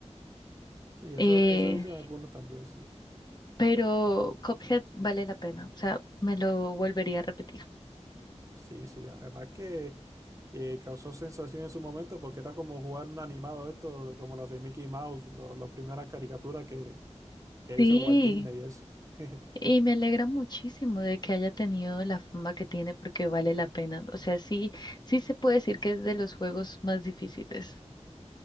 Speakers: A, on the right; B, on the left.
A: sí,
B: Eh,
A: eso, eso dicen algunos también, sí.
B: pero Cuphead vale la pena, o sea, me lo volvería a repetir.
A: Sí, sí. Además que eh, causó sensación en su momento porque era como jugar un animado esto, como los de Mickey Mouse, lo- las primeras caricaturas que, que
B: Sí,
A: hizo Walt Disney y eso. <laughs>
B: y me alegra muchísimo de que haya tenido la fama que tiene porque vale la pena. O sea, sí, sí se puede decir que es de los juegos más difíciles